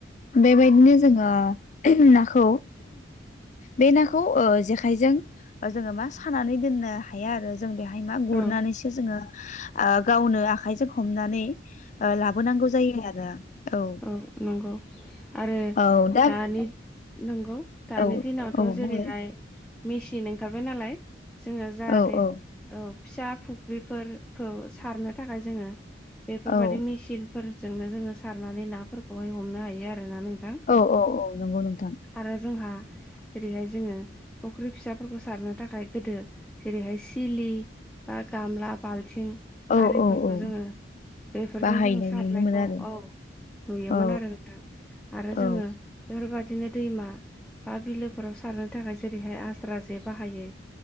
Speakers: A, on the left; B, in the centre.
A: बेबायदिनो जोङो नाखौ बे नाखौ ओ जेखायजों जोङो मा सानानै दोननो हाया आरो। जों बेहाय मा गुरनानैसो
B: औ
A: जोङो ओ गावनो आखायजों हमनानै ओ लाबोनांगौ जायो आरो औ।
B: नंगौ आरो
A: औ दा
B: दानि नंगौ। दानि
A: औ
B: दिनावथ'
A: औ
B: जेरैहाय
A: बुंलाय
B: मेचिन ओंखारबाय नालाय जोङो जाहाथे
A: औ औ
B: औ फिसा फुख्रिफोरखौ सारनो थाखाय जोङो बेफोरबायदि
A: औ
B: मेसिन फोरजोंनो जोङो सारनानै नाफोरखौहाय हमनो हायो आरोना नोंथां।
A: औ औ औ नंगौ नोंथां
B: आरो जोंहा जेरैहाय जोङो फुख्रि फिसाफोरखौ सारनो थाखाय गोदो जेरैहाय सिलि बा गामला, बालथिं
A: औ
B: आरिफोरखौ
A: औ औ
B: जोङो बेफोरजों
A: बाहायनाय
B: जोङो सारनायखौ
A: नुनो मोनो आरो
B: औ नुयोमोन
A: औ
B: आरो नोंथां आरो जोङो
A: औ
B: बेफोरबायदिनो दैमा बा बिलोफोराव सारनो थाखाय जेरैहाय आज्रा जे बाहायो